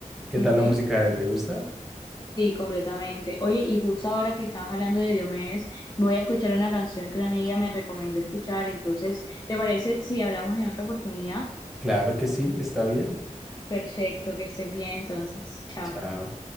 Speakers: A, in the centre; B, on the left.
A: ¿Qué
B: Ujú.
A: tal la música de él? ¿Te gusta?
B: Sí, completamente. Oye, y justo ahora que estabas hablando de Diomedes, voy a escuchar una canción que una amiga me recomendó escuchar. Entonces, ¿te parece si hablamos en otra oportunidad?
A: Claro que sí, está bien.
B: Perfecto, que estés bien entonces. Chao.
A: Chao.